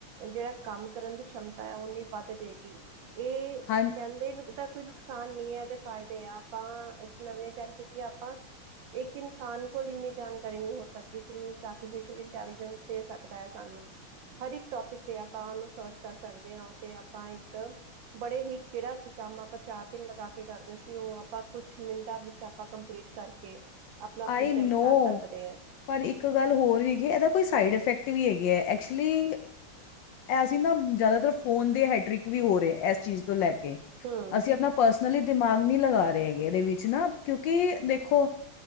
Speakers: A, on the right; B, on the left.
A: ਜਿਹੜਾ ਕੰਮ ਕਰਨ ਦੀ ਸ਼ਮਤਾ ਹੈ, ਉਹ ਨਹੀਂ ਵੱਧ ਜੇਗੀ ਇਹ
B: <unintelligible>
A: ਬਦੇ ਨੂ ਤਾਂ ਕੋਈ ਨੁਕਸਾਨ ਨੀ ਹੈ, ਏਦੇ ਫਾਇਦੇ ਆ ਆਪਾਂ ਨਵੇਂ ਚਨ ਕਿਉਂਕਿ ਕਿ ਆਪਾਂ ਇੱਕ ਇਨਸਾਨ ਕੋਲ ਇੰਨੀ ਜਾਣਕਾਰੀ ਨਹੀਂ ਹੋ ਸਕਦੀ, ਜਿੰਨੀ ਆਰਟੀਫਿ ਇੰਟੈਲੀਜੈਂਸ ਦੇ ਸਕਦਾ ਹੈ ਸਾਨੂੰ। ਹਰ ਇੱਕ ਟੋਪਿਕ ਤੇ ਆਪਾਂ ਉਹਨੂੰ ਸਰਚ ਕਰ ਸਕਦੇ ਹਾਂ, ਤੇ ਆਪਾਂ ਇੱਕ ਬੜੇ ਹੀ ਜਿਹੜਾ ਕੀ ਕੰਮ ਆਪਾਂ ਚਾਰ ਦਿਨ ਲਗਾ ਕੇ ਕਰਦੇ ਸੀ, ਉਹ ਆਪਾਂ ਕੁਛ ਮਿੰਟਾਂ ਵਿੱਚ ਆਪਾਂ ਕੰਪਲੀਟ ਕਰਕੇ ਆਪਣਾ
B: ਆਈ
A: ਪ੍ਰਜੈਂਕਟ
B: ਨੋ
A: ਕਰ ਸਕਦੇ ਆ।
B: ਪਰ ਇੱਕ ਗੱਲ ਹੋਰ ਵੀਗੀ ਇਹਦਾ ਕੋਈ ਸਾਈਡ ਇਫੈਕਟ ਵੀ ਹੈਗੇ ਹੈ, ਐਕਚੁਲੀ ਅਸੀਂ ਨਾ ਜ਼ਿਆਦਾਤਰ ਫੋਨ ਦੇ ਹੈਟਰ੍ਰਿਕ ਵੀ ਹੋ ਰਹੇ ਇਸ ਚੀਜ਼ ਤੋਂ ਲੈ ਕੇ
A: ਹੂੰ
B: ਅਸੀਂ ਆਪਣਾ ਪਰਸਨਲੀ ਦਿਮਾਗ ਨਹੀ ਲਗਾ ਰਹੇ ਹੈਗੇ, ਇਹਦੇ ਵਿੱਚ ਨਾ ਕਿਉਂਕਿ ਦੇਖੋ।